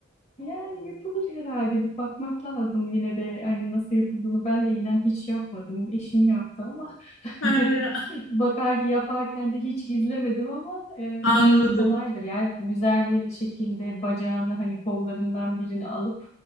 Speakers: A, on the left; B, on the left.
A: Yani yapılır herhalde bir bakmak lazım yine de hani nasıl yapıldığını ben de inan hiç yapmadım. Eşim yaptı ama
B: Ha,
A: <laughs> bakar ki yaparken de hiç izlemedim ama e,
B: <laughs>
A: bence
B: anladım
A: kolaydır. Yani güzel bir şekilde bacağını hani kollarından birini alıp